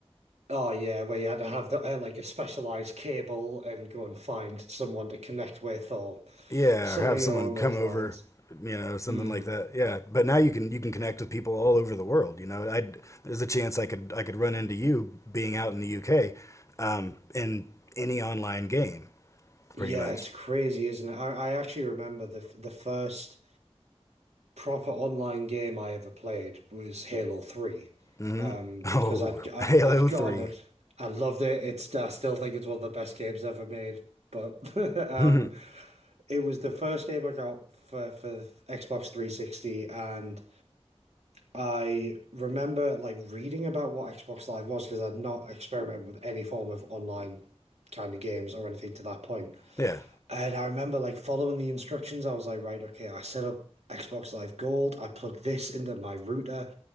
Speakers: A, on the right; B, on the left.
A: Oh yeah, where you had to have the, uh, like a specialized cable and go and find someone to connect with or
B: yeah,
A: something
B: or have someone
A: along
B: come
A: those lines.
B: over, you know, something
A: Mm.
B: like that. Yeah, but now you can you can connect with people all over the world. You know, I there's a chance I could I could run into you being out in the UK, um, in any online game,
A: Yeah,
B: pretty much.
A: it's crazy, isn't it? I, I actually remember the f- the first proper online game I ever played was Halo 3.
B: hmm
A: Um,
B: Oh,
A: because I'd
B: <laughs>
A: I,
B: Halo
A: I'd
B: Three.
A: gotten it. I loved it. It's I still think it's one of the best games ever made. But <laughs> um,
B: Mhm.
A: it was the first game I got for for Xbox 360, and I remember like reading about what Xbox Live was because I'd not experimented with any form of online kind of games or anything to that point.
B: Yeah,
A: And I remember like following the instructions. I was like, right, okay, I set up Xbox Live Gold. I plugged this into my router,